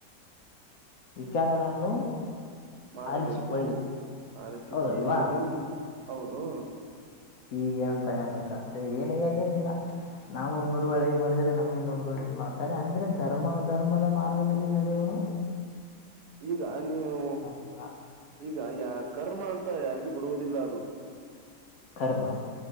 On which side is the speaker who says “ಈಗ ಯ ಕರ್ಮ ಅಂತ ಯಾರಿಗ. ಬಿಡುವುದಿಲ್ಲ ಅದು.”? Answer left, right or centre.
Right